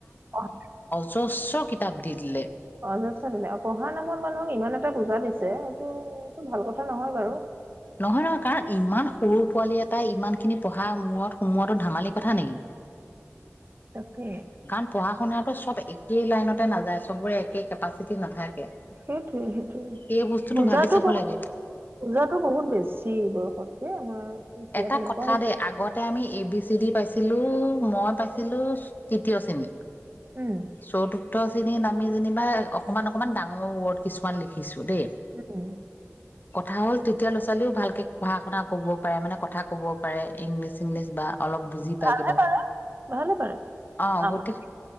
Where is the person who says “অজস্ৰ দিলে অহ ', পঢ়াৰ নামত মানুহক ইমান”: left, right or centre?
Right